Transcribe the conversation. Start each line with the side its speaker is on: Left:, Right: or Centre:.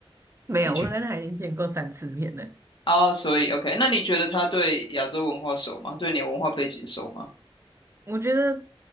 Right: 没有，
Left: 你觉
Right: 我跟他已经见过三次面了。
Left: 哦，所以 OK，那你觉得他对亚洲文化熟吗？对你文化背景熟吗？
Right: 我觉得，